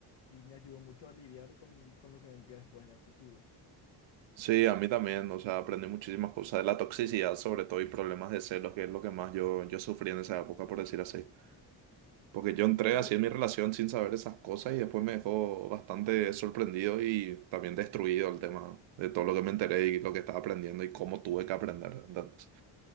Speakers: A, on the left; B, on the right.
A: Y me ayudó mucho a lidiar con, con lo que vendría después en el futuro.
B: sí, a mí también. O sea, aprendí muchísimas cosas de la toxicidad, sobre todo, y problemas de celos, que es lo que más yo, yo sufrí en esa época, por decir así. Porque yo entré
A: ¿Y vos?
B: así en mi relación sin saber esas cosas y después me dejó bastante sorprendido y también destruido el tema de todo lo que me enteré y lo que estaba aprendiendo y cómo tuve que aprender. Entonces,